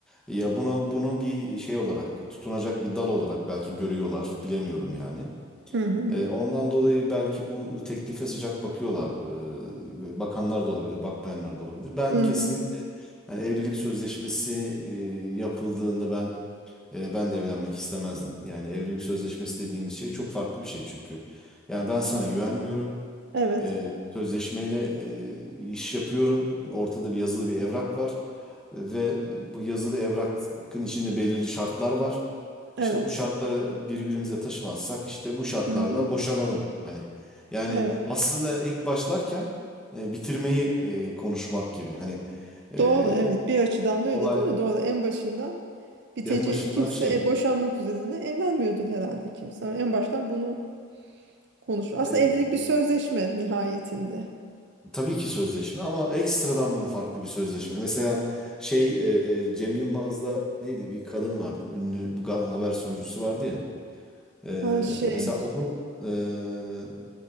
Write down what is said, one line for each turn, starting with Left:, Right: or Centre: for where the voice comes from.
Centre: ya bunu bunu bir şey olarak tutunacak bir dal olarak belki görüyorlar bilemiyorum yani.
Right: Hı hı.
Centre: E, ondan dolayı belki bu teklife sıcak bakıyorlar. E, bakanlar da olabilir, bakmayanlar da olabilir. Ben
Right: Hı
Centre: kesinlikle
Right: hı.
Centre: Yani evlilik sözleşmesi e, yapıldığında ben e, ben de evlenmek istemezdim. Yani evlilik sözleşmesi dediğimiz şey çok farklı bir şey çünkü. Yani ben sana güvenmiyorum.
Right: Evet.
Centre: E, sözleşmeyle e, iş yapıyorum. Ortada bir yazılı bir evrak var ve bu yazılı evrakın içinde belirli şartlar var.
Right: Evet.
Centre: İşte bu şartları birbirimize taşımazsak işte bu şartlarla
Right: Hı hı.
Centre: boşanalım. Hani yani
Right: Evet.
Centre: aslında ilk başlarken e, bitirmeyi e, konuşmak gibi. Hani e,
Right: Doğru evet bir açıdan da öyle
Centre: Olay
Right: değil mi? Doğru en başından bitece
Centre: en başından
Right: kimse
Centre: şey
Right: e, boşanmak üzerine evlenmiyordun herhalde kimse. Ama en baştan bunu konuş. Aslında
Centre: e,
Right: evlilik bir sözleşme nihayetinde.
Centre: tabii ki sözleşme ama ekstradan bunu farklı bir sözleşme. Mesela şey e, e, Cem Yılmaz'la neydi bir kadın vardı ünlü bir ga- haber sunucusu vardı ya. E,
Right: Ha şey
Centre: mesela onun e,